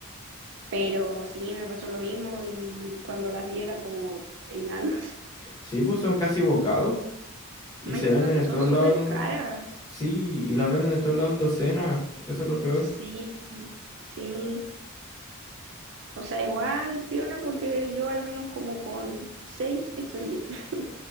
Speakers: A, on the right; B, on the left.
A: pero sí, me pasó lo mismo y cuando las vi era como enanos.
B: Sí, pues son casi bocados.
A: <laughs>
B: Y
A: Más
B: se
A: encima
B: venden
A: que
B: en
A: son
B: todos
A: súper
B: lados. en-
A: caras.
B: Sí, y las venden en todos lados en docenas. Eso es lo peor.
A: Sí, sí. O sea, igual, piola, porque yo al menos como con seis estoy bien. <laughs>